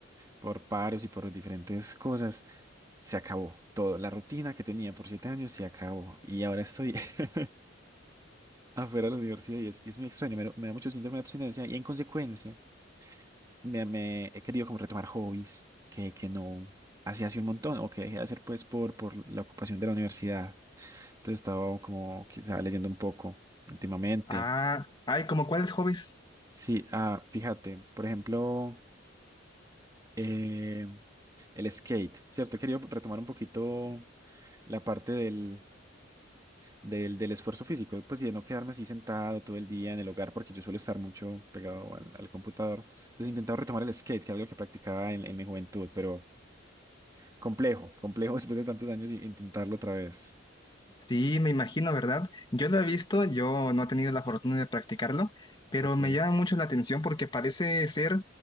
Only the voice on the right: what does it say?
por paros y por diferentes cosas, Se acabó todo. La rutina que tenía por siete años se acabó. Y ahora estoy <laughs> afuera de la universidad y es, y es muy extraño. Me, me da mucho síndrome de abstinencia y en consecuencia me, me he querido como retomar hobbies que, que no hacía hace un montón o que dejé de hacer pues por, por la ocupación de la universidad. Entonces estaba como quizá leyendo un poco últimamente.
Sí, ah, fíjate, por ejemplo, eh, el skate, ¿cierto? He querido retomar un poquito la parte del, del, del esfuerzo físico, pues y de no quedarme así sentado todo el día en el hogar, porque yo suelo estar mucho pegado al, al computador. Entonces he intentado retomar el skate, que es algo que practicaba en, en mi juventud, pero complejo, complejo <laughs> después de tantos años y intentarlo otra vez.
Ok,